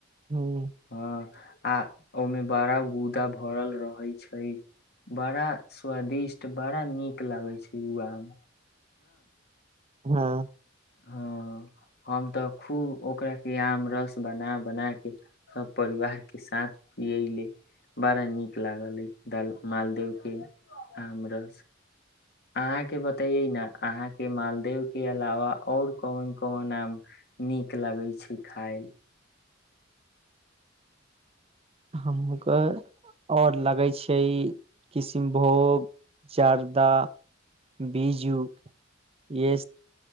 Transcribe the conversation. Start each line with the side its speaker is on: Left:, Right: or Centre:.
Right: हूँ
Left: हँ आ ओमे बड़ा गूदा भरल रहै छै बड़ा स्वादिष्ट बड़ा नीक लागै छै उ आम
Right: हँ
Left: हँ हम तऽ खूब ओकरा के आम रस बना बना के सभ परिवार के साथ पियले बड़ा नीक लागल अ मालदेव के आम रस अहाँके बतैयै ने अहाँ के मालदेव के अलावा आओर कोन कोन आम नीक लगै छै खााय मे
Right: हमके आओर लगै छै किशनभोग जार्दा बीजू य